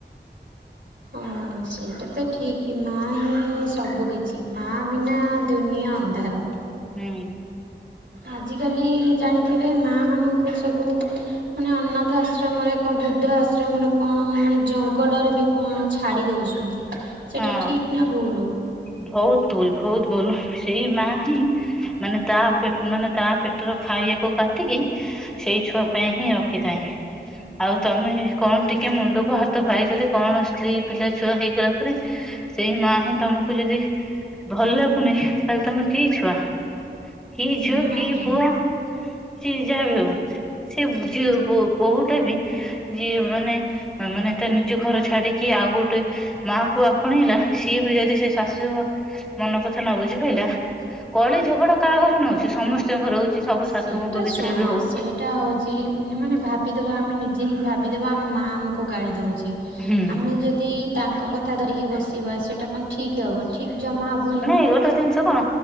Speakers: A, on the right; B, in the centre.
A: ଓହଁ। ସେଇଟା ତ ଠିକ ମା ହିଁ ସବୁ କିିଛି ମା ବିନା ଦୁନିଆ ଅନ୍ଧାର।
B: ହୁଁ।
A: ଆଜିକାଲି ଜାଣିଥିବେ ମା ମାନଙ୍କୁ ସବୁ ମାନେ ଅନାଥ ଆଶ୍ରମରେ କଣ ବୃଦ୍ଧ ଆଶ୍ରମରେ କଣ ମାନେ ଜଙ୍ଗଲରେ ବି କଣ ଛାଡ଼ି ଦେଉଛନ୍ତି ସେଇଟା
B: ହଁ।
A: ଠିକ୍ ନା ଭୁଲ।
B: ବହୁତ ଭୁଲ ବହୁତ ଭୁଲ ସେଇ ମା ହିଁ। ମାନେ ତା ମାନେ ତା ପେଟର ଖାଇବାକୁ କାଟିକି। ସେଇ ଛୁଆ ପାଇଁ ହିଁ ରଖିଥାଏ। ଆଉ ତମେ କଣ ଟିକେ ମୁଣ୍ଡକୁ ହାତ ପାଇଗଲେ କଣ ସ୍ତ୍ରୀ ପିଲା ଛୁଆ ହେଇଗଲା ପରେ ସେଇ ମା ହିଁ ତମକୁ କୁ ଯଦି ଭଲ ଲାଗୁନି ତାହେଲେ ତମେ କିଏ ଛୁଆ। କି ଝୁଅ
A: ନିହାତି
B: କିପୁଅ କି ଯାହା ବି ହଉ। ସେ ବୁ ଝିଅ ବୋହୁୂଟା ବି ଯିଏ ମାନେ ମାନେ ତା ନିଜ ଘର ଛାଡିକି ଆଉ ଗୋଟେ ମା କୁ ଆପଣେଇଲା ସିଏ ବି ଯଦି ସେ ଶାଶୁ ମନ କଥା ନ ବୁଝି ପାଇଲା କଳି ଝଗଡା କାହାଘରେ ନହଉଛି ସମସ୍ ସ୍ତଙ୍କ ଘରେ ହଉଛି ସବୁ ଶାଶୁୁଙ୍କ
A: ସେଇଟା
B: ଭିତରେ
A: ଶୁଣ
B: ବି ହଉ
A: ସେଇଟା ହଉଛି ମାନେ ଭାବିଦେବା ଆମେ ନିଜେ ହିଁ ଭାବିଦେବା ଆମ ମାଆ ଆମକୁ ଗାଳି ଦଉଛି
B: ହୁଁ
A: ଆମେ ଯଦି ତାଙ୍କ କଥା ଧରିକି ବସିବା ସେଟା କଣ ଠିକ ହବ ଠିକ ଜମା ହବ
B: ନାଇଁ ଗୋଟେ ଜିନିଷ କଣ